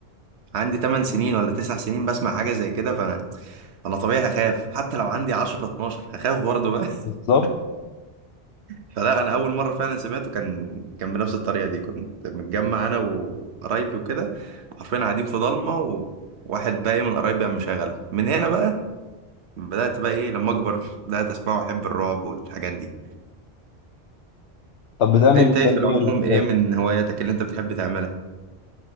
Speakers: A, on the right; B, on the left.
A: عندي 8 سنين ولا 9 سنين بسمع حاجة زي كده فانا انا طبيعي هخاف حتى لو عندي 10 12 هخاف برضه بقى
B: بالظبط
A: <laughs> فلا انا اول مرة فعلا سمعته كان كان بنفس الطريقة دي كنت متجمع انا وقرايبي وكده حرفيا قاعدين في ضلمة وواحد بقى إيه من قرايبي قام مشغله من هنا بقى بدأت بقى ايه لما اكبر بدأت اسمعه واحب الرعب والحاجات دي
B: طب بتعمل
A: انت
B: إيه
A: ايه
B: طب
A: في العموم
B: غير
A: ايه
B: غير
A: من هواياتك اللي انت بتحب تعملها